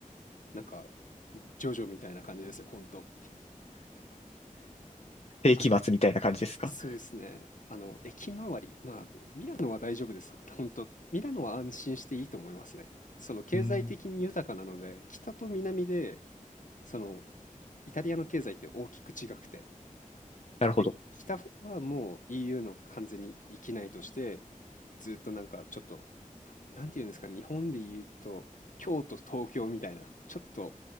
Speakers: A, on the left; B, on the left.
A: なんか、ジョジョみたいな感じですよ、ほんと。
B: 世紀末みたいな感じですか
A: あと、そうですね。あの、駅周り。まあ、ミラノは大丈夫です。ほんと、ミラノは安心していいと思いますね。その、経済的に豊かなので、
B: うん
A: 北と南で、その、イタリアの経済って大きく違くて。
B: なるほど。
A: で、北はもう EU の完全に域内として、ずっとなんかちょっとなんていうんですかね、日本で言うと、京都、東京みたいな、ちょっと、